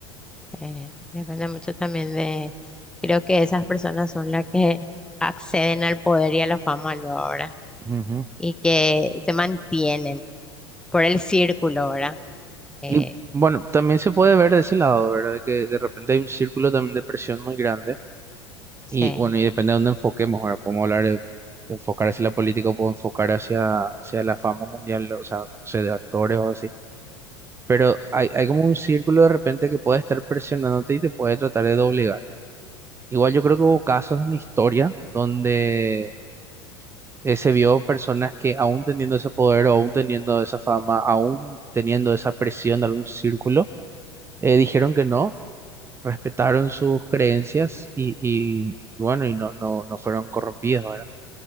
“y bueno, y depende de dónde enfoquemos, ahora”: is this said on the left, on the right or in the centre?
Right